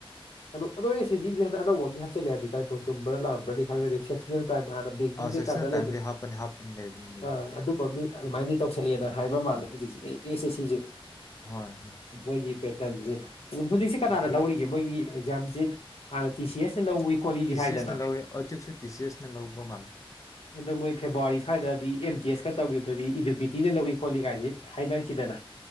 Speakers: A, on the left; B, on the left.
A: ꯀꯅꯣ ꯑꯗꯣ ꯑꯦꯁ ꯁꯤ ꯁꯤ ꯒꯤꯁꯦ ꯍꯟꯗꯛ ꯑꯅꯧꯕ ꯑꯝꯗꯤ ꯍꯥꯞꯆꯤꯜꯂꯦ ꯍꯥꯏꯕꯗꯤ ꯇꯥꯏꯀꯣ ꯆꯨꯝꯕ꯭ꯔ ꯂꯥꯟꯕ꯭ꯔꯗꯤ <unintelligible> ꯇꯥꯏꯝ ꯍꯥꯟꯅ ꯕꯦꯡꯀꯤꯡ
B: ꯑꯥꯎ
A: ꯀꯩꯀꯥꯗ
B: ꯁꯦꯛꯁꯟꯅꯜ
A: ꯂꯩꯗꯅꯥ
B: ꯇꯥꯏꯝꯗꯤ ꯍꯥꯞꯄꯅꯤ ꯍꯥꯞꯄꯅꯤ ꯂꯩꯕꯅꯤ ꯂꯩꯕꯅꯤ
A: ꯑꯥ ꯑꯗꯨꯝꯕ ꯃꯤ ꯑꯗꯨꯃꯥꯏꯅꯗꯤ
B: ꯎꯝ
A: ꯇꯧꯁꯜꯂꯑꯦꯅ ꯍꯥꯏꯕ ꯃꯥꯜꯂꯦ
B: ꯎꯝ
A: ꯍꯧꯖꯤꯛꯁꯦ ꯑꯩ ꯑꯦꯁ ꯁꯤ ꯁꯤ ꯖꯨ
B: ꯍꯣꯏ ꯍꯣꯏ
A: ꯃꯣꯏꯒꯤ ꯄꯦꯇꯔꯟꯖꯦ ꯎ ꯍꯨꯖꯤꯛꯁꯦ ꯀꯅꯥꯅ
B: ꯑꯗꯨꯅꯦ
A: ꯂꯧꯔꯤ ꯃꯣꯏꯒꯤ ꯑꯦꯛꯖꯥꯝꯁꯦ ꯍꯥꯟꯅ ꯇꯤ ꯁꯤ ꯑꯦꯁꯅ ꯂꯧꯋꯤ꯫ ꯈꯣꯠꯂꯤꯗꯤ
B: ꯇꯤ
A: ꯍꯥꯏꯗꯅ
B: ꯁꯤ ꯑꯦꯁꯅ ꯂꯧꯋꯦ ꯍꯧꯖꯤꯛꯁꯨ ꯇꯤ ꯁꯤ ꯑꯦꯁꯅ ꯂꯧꯕ ꯃꯥꯜꯂꯦ꯫
A: ꯑꯗꯣ ꯃꯣꯏ ꯐꯦꯕꯋꯥꯔꯤ ꯁ꯭ꯋꯥꯏꯗꯗꯤ ꯑꯦꯝ ꯇꯤ ꯑꯦꯁꯀ ꯇꯧꯒꯦꯗꯨꯗꯤ ꯏꯗꯨꯄꯤꯇꯤꯅ ꯂꯧꯏ ꯈꯣꯠꯂꯤ ꯀꯥꯏꯗꯤ꯫ ꯍꯥꯏꯅꯈꯤꯗꯅ꯫